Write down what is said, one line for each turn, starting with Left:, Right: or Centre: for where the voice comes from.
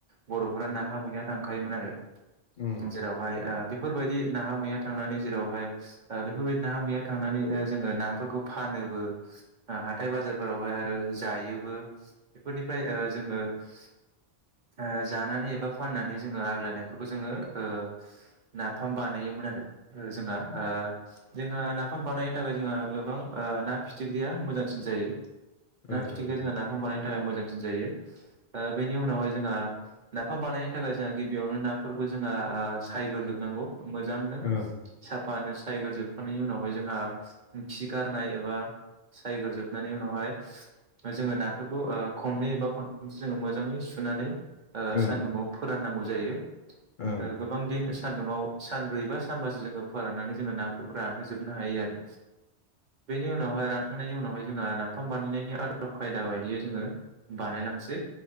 Right: बर'फोरा नाहा मैया थांखायोमोन आरो
Left: ओं
Right: जेरावहाय ओ बेफोरबायदि नाहा मैया थांनानै जेरावहाय ओ बेफोरबायदि नाहा मैया थांनानै ओ जोङो नाफोरखौ फानोबो हाथाय बाजारफोरावहाय आरो जायोबो बेफोरनिफ्राय ओ जोङो ओ जानानै एबा फाननानै जोङो आग्लायनायफोरखौ जोङो ओ नाफाम बानायोमोन आरो। ओ जोंहा ओ जोंहा फाम बानायनो थाखाय जोङो गोबां ओ ना फिथिख्रिया मोजांसिन जायो
Left: ओं
Right: ना फिथिग्रिया जोंना नाफाम बानायनो थाखाय मोजां सिन जायो ओ बेनि उनावहाय जोंहा नाफाम बानायनो थाखाय जोंहा गिबियावनो नाफोरखौ जोंहा ओ सायग्रोजोबनांगौ। मोजांनो
Left: ओं
Right: साफ फानो सायग्रोजोबखांनायनि उनावहाय जोंहा खि गारनाय एबा सायग्रजोबनानै उनावहाय जोङो नाफोरखौ ओ खननै एबा खनथामसो जोङो मोजाङै सुनानै ओ
Left: ओं
Right: सान्दुङाव फोराननांगौ जायो ओ
Left: ओं
Right: गोबां दिन सान्दुंआव सानब्रै बा सानबासो जोङो फोराननानै जोङो नाफोरखौ रानहोजोबनो हायो आरो बेनिनाव उनावहाय रानखांनायनि उनावहाय जोंहा नाफाम बानायनायनि आदब खायदा बायदियै जोङो बानायलांसै